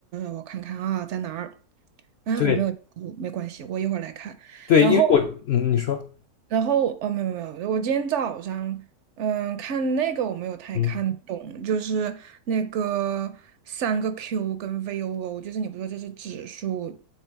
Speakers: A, on the right (about 70°); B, on the left (about 75°).
A: 我看看啊，在哪儿？啊，
B: 对
A: 我没有记住，没关系，我一会儿来看。
B: 对，
A: 然后
B: 因为我嗯，你说。
A: 然后哦，没有没有，没有我今天早上嗯看那个我没有太看懂，
B: 嗯。
A: 就是那个三个 Q 跟 VOO，就是你不说这是指数，